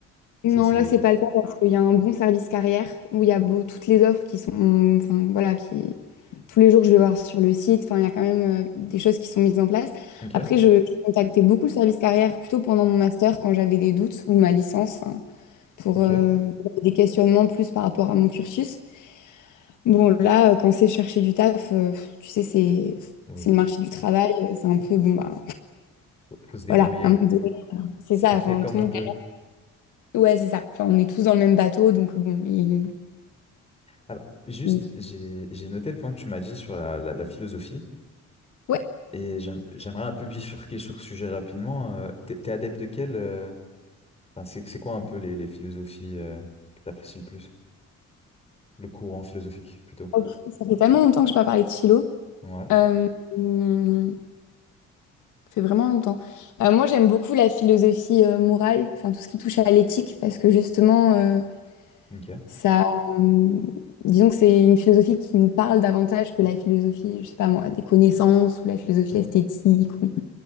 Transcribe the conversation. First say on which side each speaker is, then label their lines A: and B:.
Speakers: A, on the left; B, on the left.
A: Non,
B: c'est... c'est-
A: là, c'est pas le cas parce qu'il y a un bon service carrière où il y a beau- toutes les offres qui sont, enfin voilà, qui tous les jours je vais voir sur le site. Enfin, il y a quand même euh, des choses qui sont mises en place.
B: Ok,
A: Après, je, je contactais beaucoup le service carrière plutôt pendant mon master quand j'avais des doutes ou ma licence hein, pour
B: ok.
A: euh, des questionnements plus par rapport à mon cursus. Bon, là, euh, quand c'est chercher du taf, euh, pff, tu sais, c'est
B: Oui,
A: c'est le marché du travail, euh, c'est un peu bon bah
B: faut, faut se débrouiller.
A: voilà, à un moment donné, c'est
B: C'est-
A: ça.
B: On fait
A: Enfin,
B: comme
A: tout
B: on
A: le monde,
B: peut.
A: ouais, c'est ça. Enfin, on est tous dans le même bateau, donc bon. il-
B: Alors, juste,
A: il-
B: j'ai, j'ai noté le point que tu m'as dit sur la la- la philosophie.
A: Ouais,
B: Et j'aim- j'aimerais un peu bifurquer sur ce sujet rapidement. Euh, t'es, t'es adepte de quel euh, enfin, c'est, c'est quoi un peu les, les philosophies euh, que t'apprécies le plus? Le courant philosophique, plutôt.
A: Ok, Ça fait tellement longtemps que je n'ai pas parlé de philo.
B: Ouais,
A: Euh, hum, ça fait vraiment longtemps. Euh, moi, j'aime beaucoup la philosophie euh, morale, enfin tout ce qui touche à l'éthique, parce que justement, euh,
B: ok.
A: ça, hum, disons que c'est une philosophie qui nous parle davantage que la philosophie, je sais pas moi, des connaissances ou la philosophie esthétique. ou-